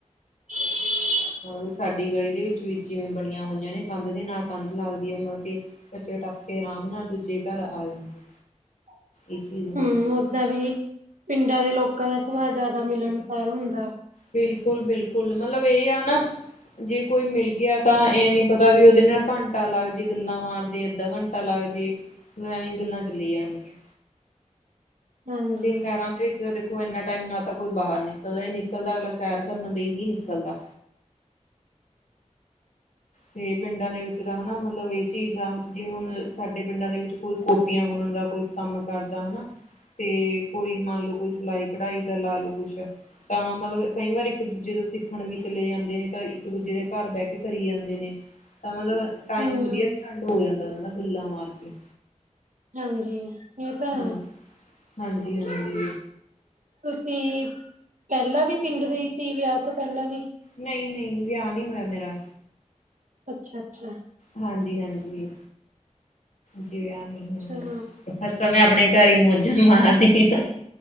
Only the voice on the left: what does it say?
ਓਵੀ ਸਾਡੀ ਗਲੀ ਦੇ ਵਿੱਚ ਵੀ ਜਿਵੇਂ ਬਣੀਆਂ ਹੋਈਆਂ ਨੇ, ਕੰਧ ਦੇ ਨਾਲ ਕੰਧ ਲੱਗਦੀ ਹੈ ਮਤਲਬ ਕਿ ਬੱਚੇ ਟੱਪ ਕੇ ਆਰਾਮ ਨਾਲ ਦੂਜੇ ਘਰ ਆ ਜਾਂਦੇ।
ਇਹ ਚੀਜ਼ ਰਹਿੰਦੀ
ਬਿਲਕੁਲ, ਬਿਲਕੁਲ। ਮਤਲਬ ਏ ਆ ਨਾ ਜੇ ਕੋਈ ਮਿਲ ਗਿਆ ਤਾਂ ਐ ਨੀ ਪਤਾ ਵੀ ਓਦੇ ਨਾਲ ਘੰਟਾ ਲੱਗ ਜੇ ਗੱਲਾਂ ਮਾਰਦੇ। ਅੱਧਾ ਘੰਟਾ ਲੱਗ ਜੇ, ਐਂ ਈ ਗੱਲਾਂ ਚੱਲੀ ਜਾਣੀ ਗੀਆਂ।
ਤੇ ਪੈਰਾਂ ਵਿੱਚ ਤੇ ਦੇਖੋ ਏਨਾ ਟਾਈਮ ਨਾ ਤਾਂ ਕੋਈ ਬਾਹਰ ਨਿਕਲਦਾ ਹੀ ਨਿਕਲਦਾ, ਅਗਲਾ ਸੈਰ ਕਰਨ ਲਈ ਹੀ ਨਿਕਲਦਾ। ਤੇ ਪਿੰਡਾਂ ਦੇ ਵਿੱਚ ਜਾਂ ਹਨਾ ਮਤਲਬ ਏ ਚੀਜ਼ ਆ, ਜਿਵੇਂ ਹੁਣ ਸਾਡੇ ਪਿੰਡਾਂ ਦੇ ਵਿੱਚ ਕੋਈ ਕੋਟੀਆਂ ਬੁਣਨ ਦਾ ਕੋਈ ਕੰਮ ਕਰਦਾ ਹਨਾ, ਤੇ ਕੋਈ ਮੰਨ ਲਓ ਕੋਈ ਸਿਲਾਈ ਕਢਾਈ ਦਾ ਲਾ ਲਓ ਕੁਛ। ਤਾਂ ਮਲਬ ਕਈ ਵਾਰੀ ਇੱਕ ਦੂਜੇ ਤੋਂ ਸਿੱਖਣ ਵੀ ਚਲੇ ਜਾਂਦੇ ਨੇ, ਤਾਂ ਇੱਕ ਦੂਜੇ ਦੇ ਘਰ ਬਹਿ ਕੇ ਕਰੀ ਜਾਂ ਦੇ ਨੇ, ਤਾਂ ਮਤਲਬ ਟਾਈਮ
ਵਧੀਆ ਸਪੈਂਡ ਹੋ ਜਾਂਦਾ ਓਨਾ ਦਾ ਗੱਲਾਂ ਮਾਰ ਕੇ।
ਹੂ,
ਹਾਂਜੀ, ਹਾਂਜੀ।
ਨਈ, ਨਈ ਵਿਆ ਨੀ ਹੋਇਆ ਮੇਰਾ।
ਹਾਂਜੀ, ਹਾਂਜੀ। ਜੀ ਵਿਆ ਨੇ
ਹਸੇ ਤਾਂ ਮੈਂ ਅਪਣੇ ਘਰ ਈ ਮੌਜਾਂ ਮਾਰਨੀ ਆਂ।